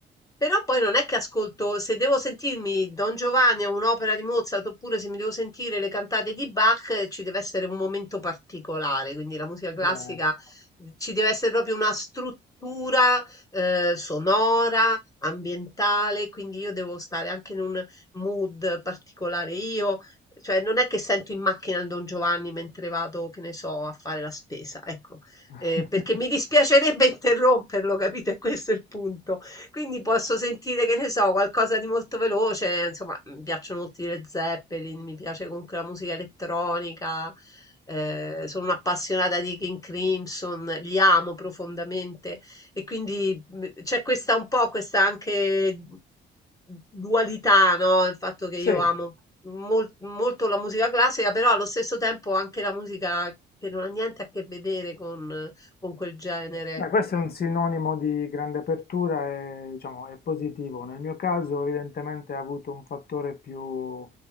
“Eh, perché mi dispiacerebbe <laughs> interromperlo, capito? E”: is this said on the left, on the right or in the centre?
Left